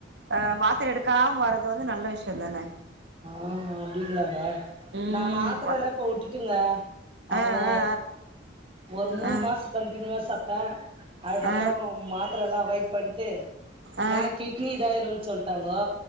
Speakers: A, on the right; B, on the right.
A: அ மாத்திர எடுக்காம வர்றது வந்து நல்ல விஷய தானே
B: ஆ அப்டிலாங்க
A: ம்
B: நா மாத்திர
A: ப
B: எல்லா இப்ப வுட்டுட்டுங்க அவங்க
A: ஆ ஆ
B: ஒரு மூணு
A: ஆ
B: மாச கண்டெனீவா சாப்புட்டா அதுக்கப்பறோ
A: ஆ
B: மாத்திரல்லா அவைட் பண்ட்டு
A: ஆ ஆ ஆ
B: ஏனா கிட்னி இதாயிரு சொல்ட்டாங்கோ